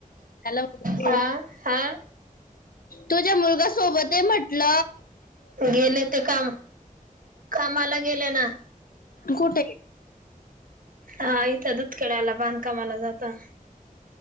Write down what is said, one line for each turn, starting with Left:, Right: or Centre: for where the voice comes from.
Left: त्याला घेऊन
Right: हा हा
Left: तुझ्या मुलग सोबत आहे म्हटल.
Right: गेले ते काम कामाला गेले ना
Left: कुठे
Right: हा इथं दुधकड्याला बांधकामाला जातो. कत्ता